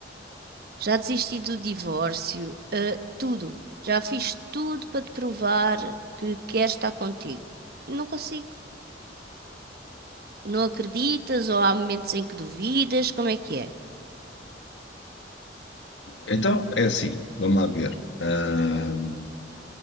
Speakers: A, on the right; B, on the left.
A: já desisti do divórcio, ah, tudo. Já fiz tudo para te provar que quero estar contigo. Não consigo. Não acreditas ou há momentos em que duvidas? Como é que é?
B: Então, é assim, vamos lá ver. Ahm,